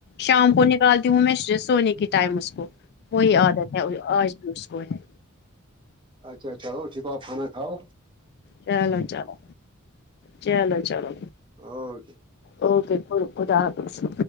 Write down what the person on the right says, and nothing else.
اچھا چل ٹھیک آپ کھانا کاؤ
اور